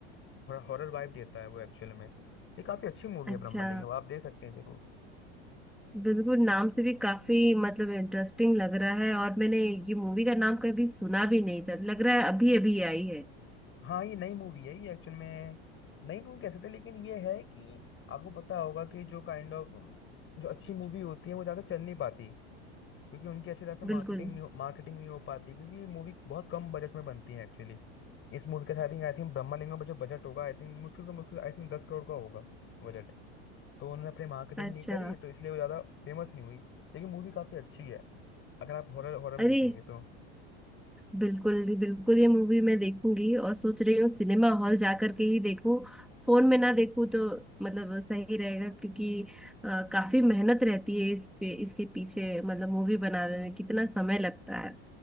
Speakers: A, on the left; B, in the centre.
A: हॉरर वाइब देता है वो एक्चुअल में ये काफी अच्छी मूवी है
B: अच्छा
A: ब्रह्मलिंगम आप देख सकते हैं जरूर
B: बिल्कुल नाम से भी काफी मतलब इंटरेस्टिंग लग रहा है और मैंने ये मूवी का नाम कभी सुना भी नहीं था लग रहा है अभी अभी आई है
A: हाँ ये नई मूवी है ये एक्चुअल में नई मूवी कह सकते हैं लेकिन ये है कि आपको पता होगा कि जो काइंड ऑफ जो अच्छी मूवी होती है वो ज़्यादा चल नहीं पाती क्योंकि उनकी अच्छी तरह से मार्केटिंग
B: बिल्कुल
A: नहीं मार्केटिंग नहीं हो पाती क्योंकि ये मूवी बहुत कम बजट में बनती है एक्चुअली इस मूवी का I think I think Brahmalingam का जो बजट होगा आई थिंक मुश्किल से मुश्किल आई थिंक दस करोड़ का होगा बजट तो उन्होंने अपनी मार्केटिंग
B: अच्छा
A: नहीं करी तो इसलिए वो ज़्यादा फेमस नहीं हुई लेकिन मूवी काफ़ी अच्छी है अगर आप हॉरर हॉरर में
B: अरे
A: देखेंगे तो
B: बिल्कुल बिल्कुल ये मूवी मैं देखूंगी और सोच रही हूँ सिनेमा हॉल जा करके ही देखूं फोन में ना देखूं तो मतलब सही रहेगा क्योंकि अ, काफी मेहनत रहती है इस पे इसके पीछे मतलब मूवी बनाने में कितना समय लगता है